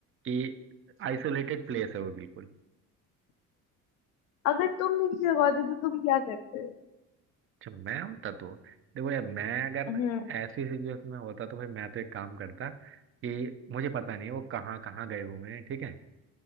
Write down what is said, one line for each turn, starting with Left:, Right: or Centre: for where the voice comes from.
Right: कि आइसोलेटेड प्लेस है वो बिल्कुल
Left: अगर तुम नहीं लगाते तो तुम क्या करते हो
Right: अच्छा मैं होता तो देखो यार मैं अगर
Left: हम्म
Right: ऐसी सिचुएशन में होता तो भाई मैं तो एक काम करता कि मुझे पता नहीं है वो कहाँ कहाँ गए हुए हैं ठीक है